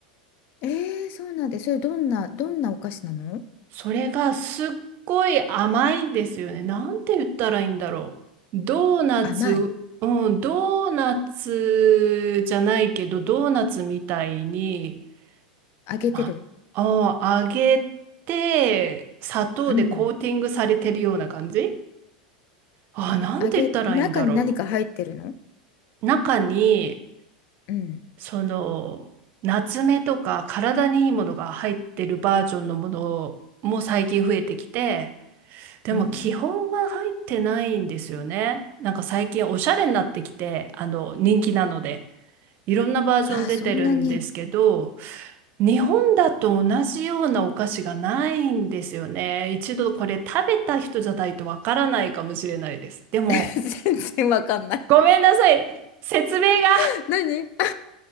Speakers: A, on the left; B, on the right.
A: えー、そうなんで、それどんな、どんなお菓子なの
B: それがすっごい甘いんですよね。なんて言ったらいいんだろう。ドーナツ、
A: 甘い。
B: うん、ドーナツじゃないけど、ドーナツみたいに、
A: 揚げてる。
B: あ、あ、揚げて、砂糖でコーティングされてるような感じ
A: うん。
B: あ、なんて言ったらいいんだろ
A: 揚げ、中に何か入ってるの
B: う。中に、
A: うん。
B: その、夏目とか体にいいものが入ってるバージョンのものも最近増えてきて、でも基本は入ってないんですよね。
A: うんうん。
B: なんか最近おしゃれになってきて、あの、人気なので、いろんなバージョン出てるんですけど、
A: あー、そんなに。
B: 日本だと同じようなお菓子がないんですよね。一度これ食べた人じゃないとわからないかもしれないです。でも、
A: <laughs> 全然わかんない
B: ごめんなさい。説明が、
A: <laughs> 何あ